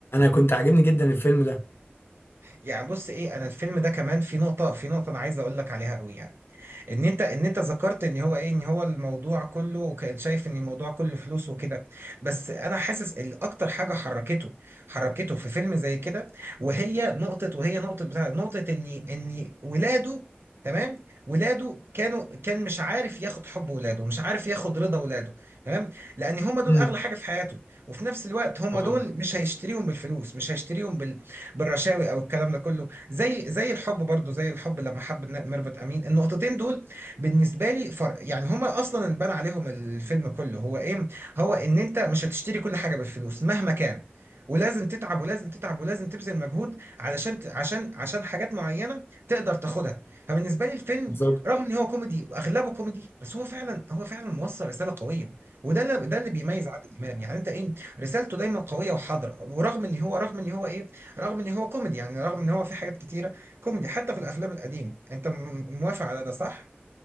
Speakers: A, on the left; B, on the right.
A: كنت عاجبني جدا الفيلم ده
B: يعني بص ايه انا الفيلم ده كمان في نقطه في نقطه انا عايز اقول لك عليها قوي يعني ان انت ان انت ذكرت ان هو ايه ان هو الموضوع كله وكان شايف ان الموضوع كله فلوس وكده بس انا حاسس ان اكتر حاجه حركته حركته في فيلم زي كده وهي نقطه وهي نقطه بتاع نقطه ان ان ولاده تمام ولاده كانوا كان مش عارف ياخد حب ولاده مش عارف ياخد رضا ولاده تمام لان هم دول
A: امم
B: اغلى حاجه في حياته وفي نفس الوقت هم
A: آه،
B: دول مش هيشتريهم بالفلوس مش هيشتريهم بال بالرشاوي او الكلام ده كله زي زي الحب برضو زي الحب لما حب ن- ميرفت امين النقطتين دول بالنسبه لي فرق يعني هما اصلا اللي بنى عليهم الفيلم كله هو ايه هو ان انت مش هتشتري كل حاجه بالفلوس مهما كان ولازم تتعب ولازم تتعب ولازم تبذل مجهود علشان ت- عشان عشان حاجات معينه تقدر تاخدها فبالنسبه لي الفيلم
A: بالظبط
B: رغم ان هو كوميدي واغلبه كوميدي بس هو فعلا هو فعلا موصل رساله قويه وده اللي ده اللي بيميز عادل امام يعني انت ايه رسالته دايما قويه وحاضره ورغم ان هو رغم ان هو ايه رغم ان هو كوميدي يعني رغم ان هو في حاجات كتيره كوميدي حتى في الافلام القديم انت م- موافق على ده صح